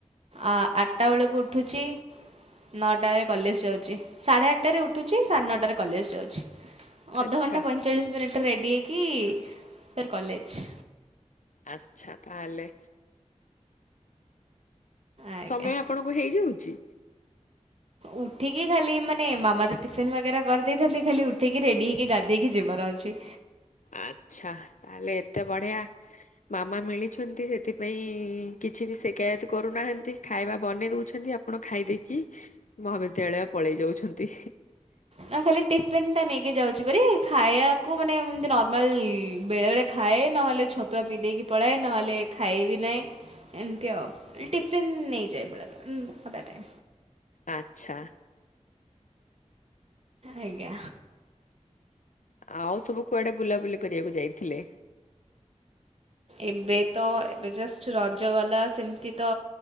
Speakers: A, on the right (about 55°); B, on the left (about 85°).
A: ଆ ଆଠଟା ବେଳକୁ ଉଠୁଛି। ନଅଟାରେ କଲେଜ ଯାଉଛି, ସାଢେ ଆଠଟାରେ ଉଠୁଛି, ସାଢେ ନଅଟାରେ କଲେଜ ଯାଉଛି। ଅଧଘଣ୍ଟା
B: ଆଚ୍ଛା
A: ପଇଁଚାଳିଶ ମିନିଟରେ ରେଡ଼ି ହେଇକି ଫେର କଲେଜ।
B: ଆଚ୍ଛା ତାହାଲେ।
A: ଆଜ୍ଞା
B: ସମୟ ଆପଣଙ୍କୁ ହେଇଯାଉଛି।
A: ଉଠିକି ଖାଲି ମାନେ ମାମା ତ ଟିଫିିନ ବଗେରା କରିଦେଇଥାନ୍ତି। ଖାଲି ଉଠିକି ରେଡି ହେଇକି ଗାଧେଇକି ଯିବାର ଅଛି।
B: ଆଛା, ତାହେଲେ ଏତେ ବଢିଆ ମାମା ମିଳି ସେଥିପାଇଁ କିଛି ବି ସିକାୟତ କରୁନାହାନ୍ତି। ଖାଇବା ବନେଇ ଦେଉଛନ୍ତି। ଆପଣ ଖାଇଦେଇକି ମହାବିଦ୍ୟାଳୟ ପଳେଇ ଯାଉଛନ୍ତି।
A: ନା ଖାଲି ଟିଫିନଟା ନେଇ ଯାଉଛି ଭାରି ଖାଇବାକୁ ମାନେ ଅତି ନର୍ମାଲ ବେଳେ ବେଳେ ଖାଏ ନହେଲେ ଛତୁଆ ପିଇ ଦେଇକି ପଳାଏ ନହେଲେ ଖାଇବି ନାହିଁ ଏମିତି ଆଉ ଟିଫିନ୍ ନେଇଯାଏ ବେଳବେଳେ।
B: ଆଛା।
A: ଆଜ୍ଞା।
B: ଆଉ ସବୁ କୁଆଡେ ବୁଲାବୁଲି କରିବାକୁ ଯାଇଥିଲେ?
A: ଏବେ ତ ଏବେ ଜଷ୍ଟ ରଜ ଗଲା ସେମିତି ତ